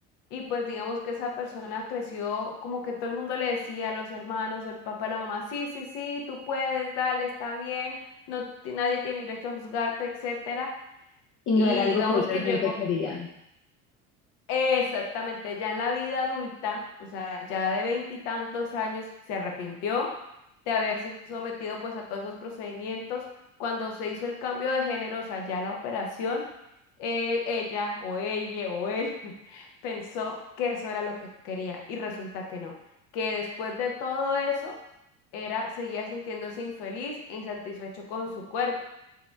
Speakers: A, on the left (about 65°); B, on the left (about 40°).
A: Y pues digamos que esa persona creció como que todo el mundo le decía a los hermanos, el papá, la mamá, sí, sí, sí, tú puedes, dale, está bien, no, ti- nadie tiene derecho a juzgarte, etcétera.
B: Y no
A: Y
B: era algo
A: digamos
B: que él realmente
A: que llego
B: quería.
A: exactamente ya en la vida adulta, o sea, ya de veintitantos años, se arrepintió de haberse sometido pues a todos esos procedimientos. Cuando se hizo el cambio de género, o sea, ya la operación, eh, ella o ella o él <laughs> pensó que eso era lo que quería y resulta que no, que después de todo eso era, seguía sintiéndose infeliz e insatisfecho con su cuerpo.